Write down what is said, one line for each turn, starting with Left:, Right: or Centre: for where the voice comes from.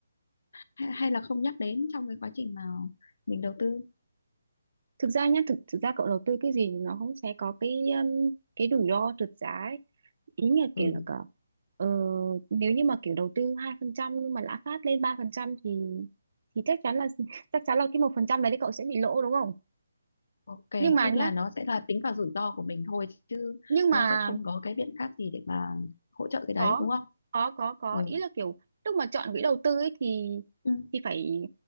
Left: hay, hay là không nhắc đến trong cái quá trình mà mình đầu tư
Right: thực ra nhá thực thực ra cậu đầu tư cái gì thì nó cũng sẽ có cái um, cái rủi ro trượt giá ấy. ý là
Left: ừ
Right: kiểu là cả ờ, nếu như mà kiểu đầu tư hai phần trăm nhưng mà lạm phát lên ba phần trăm thì thì chắc chắn là <laughs> chắc chắn là cái một phần trăm đấy thì cậu sẽ bị lỗ đúng không
Left: ok
Right: nhưng mà
Left: tức
Right: nhá
Left: là nó sẽ là tính vào rủi ro của mình thôi chứ
Right: nhưng mà
Left: nó sẽ không có cái biện pháp gì để mà hỗ trợ cái
Right: có
Left: đấy đúng không
Right: có có có
Left: ừ
Right: ý là kiểu lúc mà chọn quỹ đầu tư ấy thì
Left: ừ
Right: thì phải